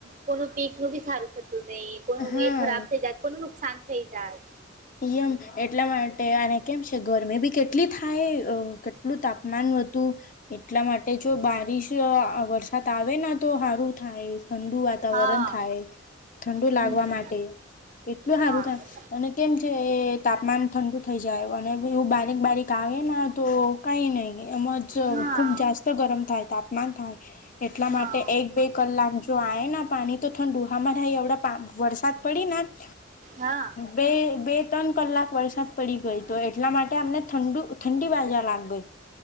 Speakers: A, on the right; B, on the left.
A: કોનું પીક નું બી સારું થતું નહી કોનું
B: હા
A: એ ખરાબ થઈ જાયત કોનું નુકસાન થઈ જાય
B: એમ એટલા માટે અને કેમ છે ગરમી બી કેટલી થાય કેટલું તાપમાન હતું એટલા માટે જો બારીશ વરસાદ આવે તો સારું થાય ઠંડુ વાતાવરણ
A: હા
B: થાય ઠંડુ
A: હમ
B: લાગવા માટે કેટલું હારું
A: હા
B: થાય અને કેમ છે એ તાપમાન ઠંડુ થઈ જાય અને એવું બારીક બારીક આવે ને તો કઈ નહી એમાં
A: હા
B: ખૂબ જાસ્ત ગરમ થાય તાપમાન થાય એટલા
A: હા
B: માટે એક બે કલાક જો આવે પાણી તો ઠંડુ ઉહામાં રાય એવડા પા વરસાદ પડી અ
A: હા
B: બે બે ત્રણ કલાક વરસાદ પડી ગઈ. તો એટલા માટે અમને ઠંડ ઠંડી બાજા લાગ ગઈ